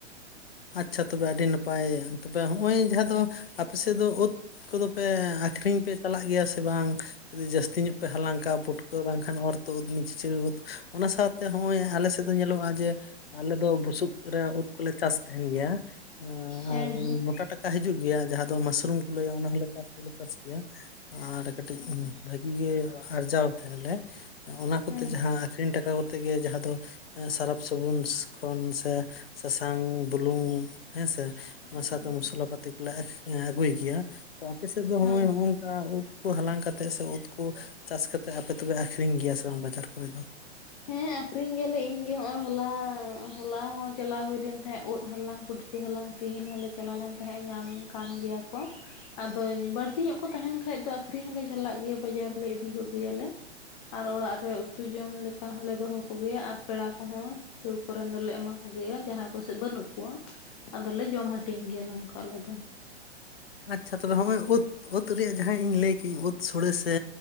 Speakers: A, on the left (about 60°); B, on the left (about 35°).
A: ᱟᱪᱪᱷᱟ ᱛᱚᱵᱮ ᱟᱹᱰᱤ ᱱᱟᱯᱟᱭ ᱛᱚᱵᱮ ᱦᱚᱸᱜᱼᱚᱭ ᱡᱟᱦᱟᱸ ᱫᱚ ᱟᱯᱮ ᱥᱮᱫ ᱫᱚ ᱩᱫᱽ ᱩᱱᱠᱩ ᱠᱚᱫᱚ ᱯᱮ ᱟᱠᱷᱨᱤᱧ ᱯᱮ ᱪᱟᱞᱟᱜ ᱜᱮᱭᱟ ᱥᱮ ᱵᱟᱝ? ᱡᱩᱫᱤ ᱡᱟᱹᱥᱛᱤ ᱧᱚᱜ ᱯᱮ ᱦᱟᱞᱟᱝ ᱠᱟᱜᱼᱟ ᱯᱩᱴᱠᱟᱹ ᱵᱟᱝᱠᱷᱟᱱ ᱚᱨ ᱛᱩᱫ ᱢᱤᱪᱤᱪᱷᱤᱨᱤ ᱩᱫ ᱚᱱᱟ ᱥᱟᱶᱛᱮ ᱛᱮ ᱦᱚᱸᱜ-ᱚᱭ ᱟᱞᱮᱥᱮᱫ ᱫᱚ ᱧᱮᱞᱚᱜᱼᱟ ᱡᱮ ᱟᱞᱮ ᱫᱚ ᱵᱩᱥᱩᱵ ᱨᱮ ᱩᱫ ᱠᱚᱞᱮ ᱪᱟᱥ ᱛᱟᱸᱦᱮᱱ ᱜᱮᱭᱟ
B: ᱦᱮᱸ
A: ᱟᱨ
B: ᱦᱮᱸ
A: ᱢᱚᱴᱟ ᱴᱟᱠᱟ ᱦᱤᱡᱩᱜ ᱜᱮᱭᱟ ᱡᱟᱦᱟᱸ ᱫᱚ ᱢᱟᱥᱨᱩᱢ ᱠᱚ ᱞᱟᱹᱭᱟ ᱚᱱᱟ ᱦᱚᱸᱞᱮ ᱪᱟᱥ ᱫᱚᱞᱮ ᱪᱟᱥ ᱜᱮᱭᱟ ᱟᱨ ᱠᱟᱹᱴᱤᱡ
B: ᱦᱮᱸ
A: ᱵᱷᱟᱜᱤ ᱜᱮ ᱟᱨᱡᱟᱣ ᱛᱟᱦᱮᱸᱱᱟ ᱞᱮ ᱚᱱᱟ ᱠᱚᱛᱮ
B: ᱦᱮᱸ ᱦᱮᱸ
A: ᱡᱟᱦᱟᱸ ᱟᱠᱷᱨᱤᱧ ᱴᱟᱠᱟ ᱠᱚ ᱛᱮᱜᱮ ᱡᱟᱸᱦᱟ ᱫᱚ ᱥᱟᱨᱟᱯ ᱥᱟᱵᱩᱱ ᱠᱷᱚᱱ ᱥᱮ ᱥᱟᱥᱟᱝ ᱵᱩᱞᱩᱝ ᱦᱮᱸᱥᱮ
B: ᱦᱮᱸ
A: ᱚᱱᱟ ᱥᱟᱶᱛᱮ
B: ᱦᱮᱸ
A: ᱢᱚᱥᱞᱟ ᱯᱟᱹᱛᱤ ᱠᱚᱞᱮ ᱟᱹᱜᱩᱭ ᱜᱮᱭᱟ। ᱟᱞᱮ ᱥᱮᱫ ᱫᱚ ᱦᱚᱸᱼᱚᱭ
B: ᱦᱮᱸ
A: ᱦᱚᱸᱼᱚᱭ ᱟ ᱩᱫᱽ ᱠᱚ ᱦᱟᱞᱟᱝ ᱠᱟᱛᱮᱜ ᱥᱮ ᱩᱫᱽ ᱠᱚ ᱪᱟᱥ ᱠᱟᱛᱮ ᱟᱯᱮ ᱫᱚᱯᱮ ᱟᱠᱷᱨᱤᱧ ᱜᱮᱭᱟ ᱥᱮ ᱵᱟᱝ ᱵᱟᱡᱟᱨ ᱠᱚᱨᱮ ᱫᱚ?
B: ᱦᱮᱸᱜ <unintelligible> ᱟᱹᱠᱷᱨᱤᱧ ᱜᱮᱭᱟᱞᱮ ᱤᱧᱜᱮ ᱱᱚᱜᱼᱚᱭ ᱦᱚᱞᱟ ᱦᱚᱞᱟ ᱦᱚᱸ ᱪᱟᱞᱟᱣ ᱦᱩᱭ ᱞᱮᱱ ᱛᱟᱸᱦᱮᱜ ᱩᱫ ᱦᱟᱞᱟᱝ ᱯᱩᱴ ᱦᱟᱞᱟᱝ ᱛᱮᱦᱤᱧ ᱦᱚᱞᱮ ᱪᱟᱞᱟᱣ ᱞᱮᱱ ᱛᱟᱦᱮᱸᱜ ᱧᱟᱢ ᱠᱟᱱ ᱜᱮᱭᱟ ᱠᱚ। ᱟᱫᱚ ᱵᱟᱹᱲᱛᱤ ᱧᱚᱜ ᱠᱚ ᱛᱟᱦᱮᱱ ᱠᱷᱟᱡ ᱫᱚ ᱟᱠᱷᱨᱤᱧ ᱦᱚᱸᱞᱮ ᱪᱟᱞᱟᱜ ᱜᱮᱭᱟ ᱵᱟᱡᱟᱨ ᱞᱮ ᱤᱫᱤ ᱠᱚᱜᱮᱭᱟᱞᱮ। ᱟᱨ ᱚᱲᱟᱜ ᱨᱮ ᱩᱛᱩ ᱡᱚᱢ ᱞᱮᱠᱟ ᱦᱚᱸᱞᱮ ᱫᱚᱦᱚ ᱠᱚᱜᱮᱭᱟ ᱟᱨ ᱯᱮᱲᱟ ᱠᱚ ᱦᱚᱸ। ᱥᱩᱨ ᱠᱚᱨᱮᱱ ᱫᱚᱞᱮ ᱮᱢᱟ ᱠᱚᱜᱮᱭᱟ ᱡᱟᱦᱟᱸᱭ ᱠᱚᱥᱮᱫ ᱵᱟᱹᱱᱩᱜ ᱠᱚᱣᱟ। ᱟᱫᱚᱞᱮ ᱡᱚᱢ ᱦᱟᱹᱴᱤᱧ ᱜᱮᱭᱟ ᱱᱚᱝᱠᱟ ᱟᱞᱮ ᱫᱚ।
A: ᱟᱪᱪᱷᱟ ᱛᱚᱵᱮ ᱦᱚᱸᱜᱼᱚᱭ ᱩᱛ ᱩᱛ ᱨᱮᱭᱟᱜ ᱡᱟᱸᱦᱟ ᱤᱧ ᱞᱟᱹᱭ ᱠᱮᱜ ᱤᱧ ᱩᱛ ᱥᱳᱲᱮ ᱥᱮ